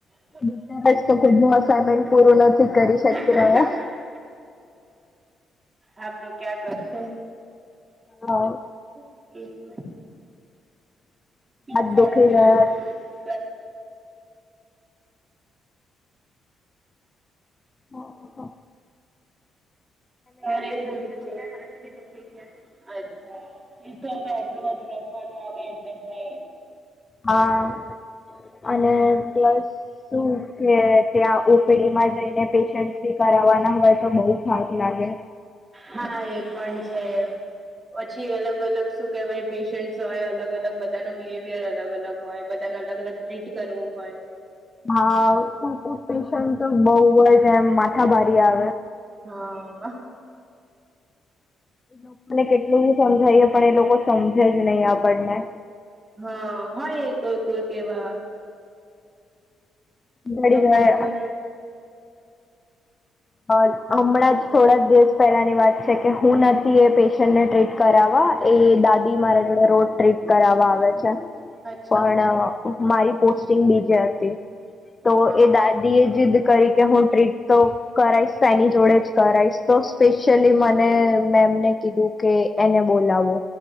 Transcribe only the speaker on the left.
બિચારા જ તો ખુદ નું અસાઇનમેન્ટ
નથી
કરી શકી
રહ્યા
હા
હાથ
દુખી
ગયા છે,
ઓહ! હો
હા અને પ્લસ શું કે ત્યાં ઓપીડીમાં જઈને પેશન્ટથી કરવાના હોય તો બહુ થાક લાગે.
હા અમુક અમુક પેશન્ટ તો બહુ જ એમ માથા ભારી આવે.
અને લોકોને કેટલું બી સમજાઈએ પણ એ લોકો સમજે જ નહીં આપણને.
કંટાળી
ગયા
અ હમણાં જ થોડા દિવસ પહેલાંની વાત છે કે હું નથી એ પેશન્ટને ટ્રીટ કરાવવા એ દાદી મારા જોડે રોજ ટ્રીટ કરાવા આવે છે.
પણ મારી પોસ્ટિંગ બીજે હતી. તો
એ દાદીએ જિદ કરી કે હું ટ્રીટ તો કરાઈશ ત એની જોડે જ કરાઈસ. તો સ્પેશિયલી મને મેમને કીધું કે એને બોલાવો.